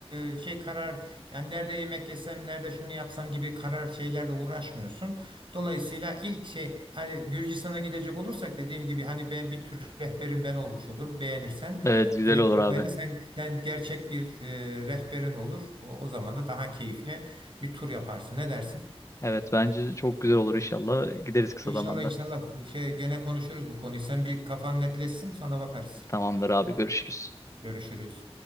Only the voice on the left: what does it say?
Evet güzel
olur
abi.
Evet bence çok güzel olur inşallah. Gideriz kısa
zamanda.
Tamamdır abi görüşürüz.